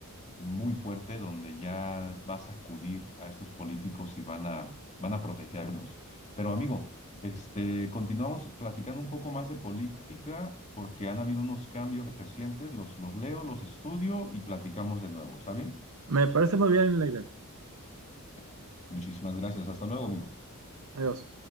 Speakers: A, on the left; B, on the right.
A: muy fuerte donde ya va a sacudir a estos políticos y van a, van a protegernos. Pero amigo, este, continuamos platicando un poco más de política porque han habido unos cambios recientes, los, los leo, los estudio y platicamos de nuevo. ¿Está bien?
B: Me parece muy bien la idea.
A: Ok. Muchísimas gracias. Hasta luego, amigo.
B: Adiós.